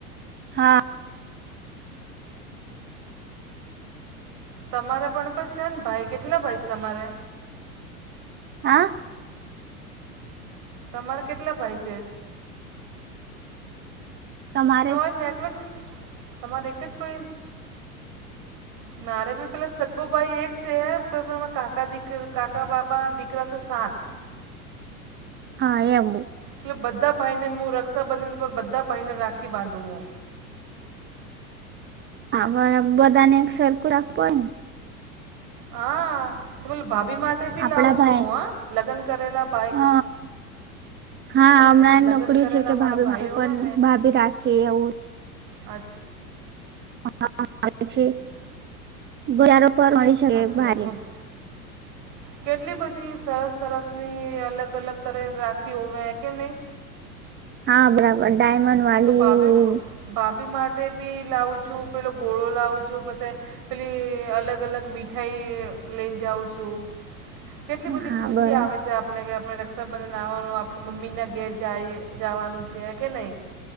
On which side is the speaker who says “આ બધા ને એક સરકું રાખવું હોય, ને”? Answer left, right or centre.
Right